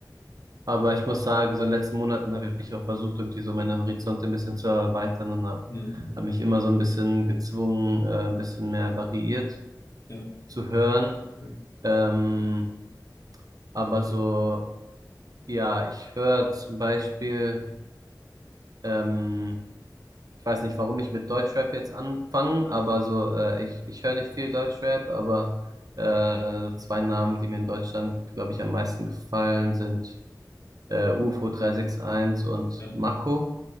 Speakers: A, on the right; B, on the left.
A: aber ich muss sagen, so in den letzten Monaten habe ich auch versucht, irgendwie so meine Horizonte ein bisschen zu erweitern und habe
B: mhm,
A: hab hab mich immer so ein bisschen gezwungen, äh, ein bisschen mehr variiert
B: ja,
A: zu hören.
B: cool.
A: Ähm, Aber so, ja, ich höre zum Beispiel, ähm, ich weiß nicht, warum ich mit Deutschrap jetzt anfange, aber so, äh, ich, ich höre nicht viel Deutschrap, aber äh, so zwei Namen, die mir in Deutschland, glaube ich, am meisten gefallen sind, äh, UFO 361 und
B: Ja.
A: Mako,